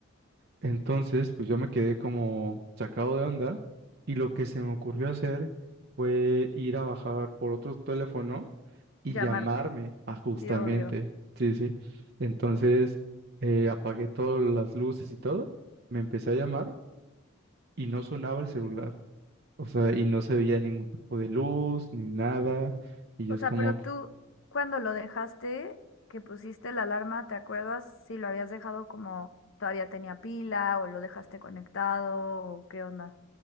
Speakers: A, on the right; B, on the left.
A: Entonces, pues yo me quedé como sacado de onda. Y lo que se me ocurrió hacer fue ir a bajar por otro teléfono y
B: Llamarte,
A: llamarme a justamente,
B: sí, obvio.
A: sí, sí. Entonces eh, apagué todas las luces y todo, me empecé a llamar y no sonaba el celular, o sea, y no se veía ningún tipo de luz ni nada, y yo
B: O
A: es
B: sea,
A: como
B: pero
A: que,
B: tú, cuando lo dejaste, que pusiste la alarma, ¿te acuerdas si lo habías dejado como todavía tenía pila o lo dejaste conectado o qué onda?